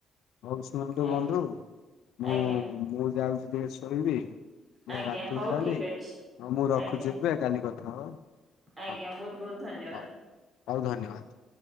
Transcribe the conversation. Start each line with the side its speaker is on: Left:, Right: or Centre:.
Left: ହଉ ଶୁଣନ୍ତୁ
Right: ଆଜ୍ଞା
Left: ବନ୍ଧୁ ମୁଁ
Right: ଆଜ୍ଞା
Left: ମୁଁ ଯାଉଚି ଟିକେ ଶୋଇବି
Right: ଆଜ୍ଞା
Left: ରାତି
Right: ହଉ
Left: ହେଲାଣି,
Right: ଠିକ ଅଛି
Left: ହଁ ମୁଁ ରଖୁଚି
Right: ଆଜ୍ଞା
Left: ଏବେ କାଲି <unintelligible>
Right: ଆଜ୍ଞା ବହୁତ ବହୁତ ଧନ୍ୟବାଦ।